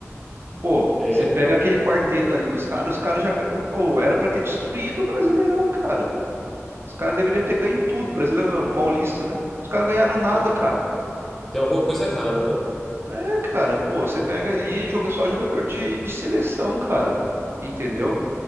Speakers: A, on the right (about 50°); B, in the centre.
A: Pô,
B: É,
A: você pega aquele quarteto ali dos caras, os caras já. Ou era pra ter destruído o Brasileirão, cara. Os caras deveriam ter ganho tudo. Brasileiro não, paulista, né? Os caras não ganharam nada,
B: é,
A: cara.
B: tem alguma coisa errada, né?
A: É, cara, pô, você pega ali e joga só jogador de, de seleção, cara. Entendeu?